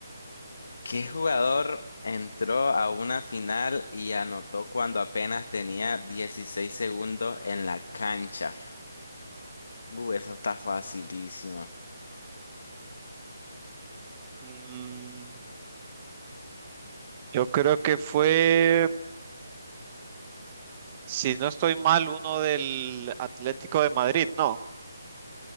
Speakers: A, on the left; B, on the right.
A: ¿Qué jugador entró a una final y anotó cuando apenas tenía 16 segundos en la cancha? Uh, eso está facilísimo.
B: Mm, yo creo que fue, si no estoy mal, uno del Atlético de Madrid, no.